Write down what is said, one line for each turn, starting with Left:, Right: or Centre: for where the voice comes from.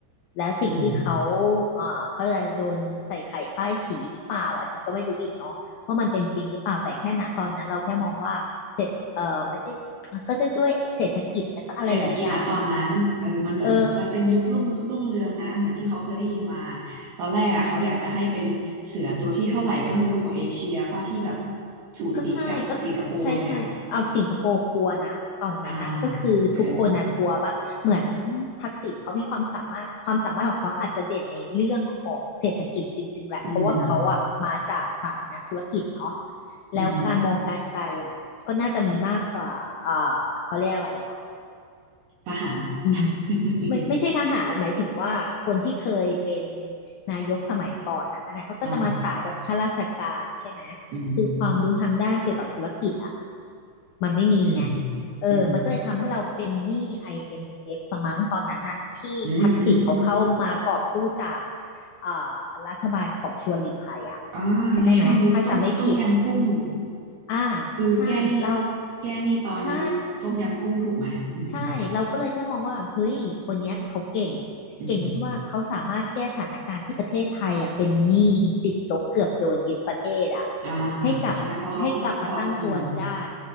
Left: และสิ่งที่เขา
Right: อืม
Left: เอ่อเขาอะไรโดนใส่ไข่ป้ายสีหรือเปล่าอันนี้ก็ไม่รู้อีกเนาะว่ามันเป็นจริงหรือเปล่าแต่แค่ณตอนนั้นเราแค่มองว่าเสร็จเออไม่ใช่ก็จะด้วยเศรษฐกิจแล้วก็อะไรหลายๆอย่างเนาะ
Right: เศรษฐกิจนะตอนนั้นเออมันเหมือนมันเป็นยุครุ่งรุ่งเรืองนะเหมือนที่เขาเคยได้ยินมา
Left: เออ
Right: ตอนแรกอ่ะเขาอยากจะให้เป็นเสือตัวที่เท่าไหร่ก็ไม่รู้ของเอเชียป่ะที่แบบสูสีกับสิงคโปร์เลยอ่ะ
Left: ก็ใช่ก็ใช่ใช่เอาสิงคโปร์กลัวนะตอนนั้นอะก็คือทุกคนอะกลัวปะเหมือน
Right: อ่าเออ
Left: ทักษิณเขามีความสามารถความสามารถของเขาอาจจะเด่นในเรื่องของเศรษฐกิจจริงๆแหละเพราะว่าเขาอะมาจากสายนักธุรกิจเนาะ
Right: อืมอือหือ
Left: แล้วการมองการไกลอะก็น่าจะมีมากกว่าเออเขาเรียกอะไรอะ
Right: ทหาร <laughs>
Left: อืมไม่ไม่ใช่ทหารหมายถึงว่าคนที่เคยเป็นนายกสมัยก่อนอ่ะอันนั้นเขาก็จะมาสายแบบข้าราชการใช่ไหม
Right: อ่า อืม
Left: คือความรู้ทางด้านเกี่ยวกับธุรกิจอ่ะมันไม่มีไง
Right: อืม
Left: เออมันก็เลยทำให้เราเป็นหนี้
Right: อืม
Left: IMF สมั้งตอนนั้นอ่ะที่ทักษิณเขาเข้ามากอบกู้จาก
Right: อืมอืมอืม
Left: เอ่อรัฐบาลของชวนหลีกภัยอ่ะ
Right: อ่าในช่วงยุคต้มต้มยำกุ้ง
Left: ใช่ไหมถ้าจำไม่ผิดอ่า
Right: คือแก้หนี้
Left: ใช่เรา
Right: แก้หนี้ตอนยุคต้มยำกุ้งถูกไหมอืมอืม
Left: ใช่ ใช่ เราก็เลยแค่มองว่าเฮ้ยคนเนี้ยเขาเก่ง
Right: อืม
Left: เก่งตรงที่ว่าเขาสามารถแก้สถานการณ์ที่ประเทศไทยอ่ะเป็นหนี้ติดลบเกือบโดนยึดประเทศอ่ะ
Right: อ่า
Left: ให้กลับให้กลับมาตั้งตัวได้
Right: ใช่เพราะเขาเพราะอืม